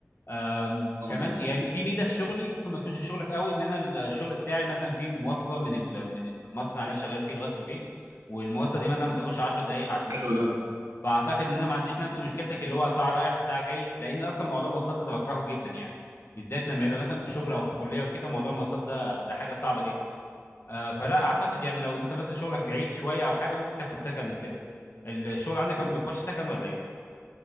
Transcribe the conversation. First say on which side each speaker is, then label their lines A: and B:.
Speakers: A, on the left; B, on the right.
A: آم،
B: آه،
A: كمان يعني في ميزه في شغلي ممكن ما تكونش في شغلك قوي ان انا الشغل بتاعي مثلا في مواصله من ال- من المصنع اللي انا شغال فيه لغايه البيت والمواصله دي مثلا ما بتاخدش 10 دقائق عشان
B: حلو
A: توصلني
B: ده
A: فاعتقد ان انا ما عنديش نفس مشكلتك اللي هو ساعه رايح وساعه جاي لان اصلا موضوع المواصلات ده انا بكرهه جدا يعني بالذات لما يبقى مثلا في شغل او في كليه وكده موضوع المواصلات ده ده حاجه صعبه جدا آه، فلا اعتقد يعني لو انت مثلا شغلك بعيد شويه او حاجه ممكن تاخد سكن وكده الشغل عندك ما بيبقاش سكن ولا ايه